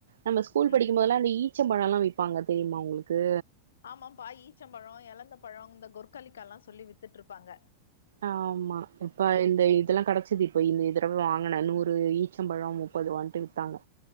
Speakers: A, on the right; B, on the left.
A: நம்ம ஸ்கூல்
B: ம்
A: படிக்கும்போதெல்லா அந்த ஈச்சம் பழோல்லா வி ப்பாங்க தெரியுமா உங்களுக்கு
B: ஆமாம்பா ஈச்சம்பழோ எலந்தபழோ இந்த கொற்கலிக்கால்லா சொல்லி வித்துட்ருப்பாங்க
A: அ ஆமா இப்ப இந்த இதெல்லா கடச்சிது இப்போ இந்த இ தடவ வாங்குன நூறு ஈச்சம்பழோ முப்பது ருவான்ட்டு வித்தாங்க